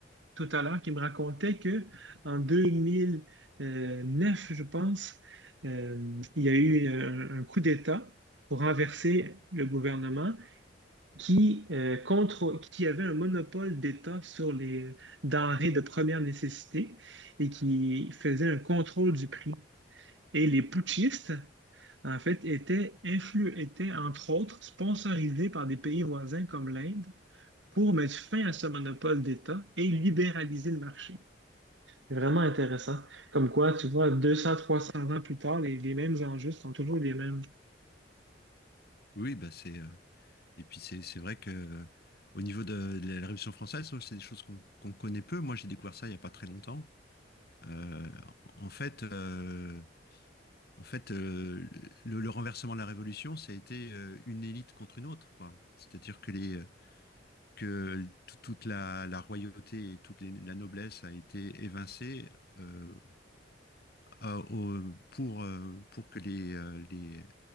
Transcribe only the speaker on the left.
Oui, bah c'est euh, Et puis c'est c'est vrai que au niveau de, de la Révolution française, c'est des choses qu'on qu'on connaît peu. Moi, j'ai découvert ça il y a pas très longtemps. Euh, en fait, euh, en fait, euh, le, le renversement de la Révolution, ça a été euh, une élite contre une autre, quoi. C'est-à-dire que les que tout- toute la, la royauté et toute les- la noblesse a été évincée euh, à- au- pour euh, pour que les euh, les